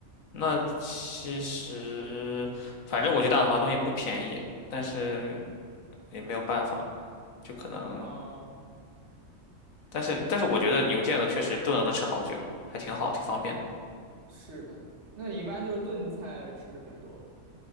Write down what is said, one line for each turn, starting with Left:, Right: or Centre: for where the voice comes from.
Left: 那其实，反正我觉得大统华东西不便宜，但是也没有办法，就可能，
Right: 啊。
Left: 但是但是我觉得牛腱子确实炖了能吃好久，
Right: 那
Left: 还挺好，挺方便的，
Right: 是的，那你一般就是炖菜吃的比较多。